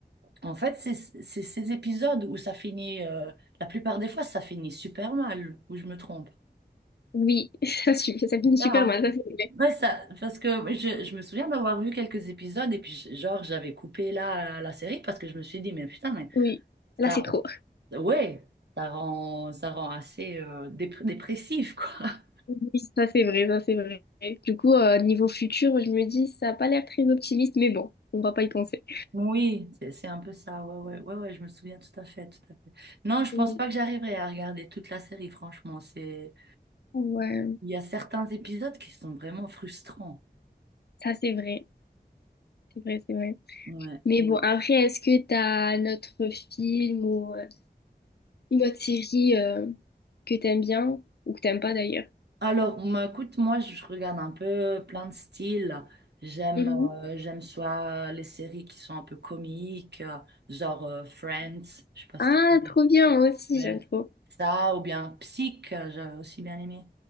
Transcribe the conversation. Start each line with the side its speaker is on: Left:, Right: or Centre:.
Right: en fait c'est c'est ces épisodes où ça finit. euh, la plupart des fois, ça finit super mal. Où je me trompe.
Left: oui, <laughs> ça, su- ça finit
Right: C'est ça,
Left: super
Right: hein.
Left: mal, ça c'est vrai.
Right: Ouais, ça, parce que je, je me souviens d'avoir vu quelques épisodes et puis je- genre j'avais coupé là la série parce que je me suis dit mais putain mais
Left: Oui, là
Right: ça.
Left: c'est trop.
Right: Ouais, ça rend, ça rend assez euh, dép- dépressif, quoi. <laughs>
Left: Oui, ça c'est vrai, ça c'est vrai. Du coup, euh, niveau futur, je me dis, ça n'a pas l'air très optimiste, mais bon, on va pas y penser.
Right: Oui, c'est c'est un peu ça. Ouais, ouais, ouais, ouais, je me souviens tout à fait, tout à fait. Non, je pense
Left: Mm.
Right: pas que j'arriverai à regarder toute la série, franchement. C'est,
Left: Ouais,
Right: il y a certains épisodes qui sont vraiment frustrants.
Left: ça c'est vrai, c'est vrai, c'est vrai.
Right: Ouais.
Left: Mais bon, après, est-ce que t'as as un autre film ou euh, une autre série euh, que t'aimes bien ou que t'aimes pas d'ailleurs?
Right: Alors, bah, écoute, moi, je regarde un peu plein de styles. J'aime,
Left: Mhm.
Right: euh, j'aime soit les séries qui sont un peu comiques, euh, genre euh, Friends, je sais pas si
Left: Ah,
Right: tu connais.
Left: trop bien, moi aussi,
Right: Ouais.
Left: j'aime trop.
Right: Ça, ou bien Psych, euh, j'avais aussi bien aimé.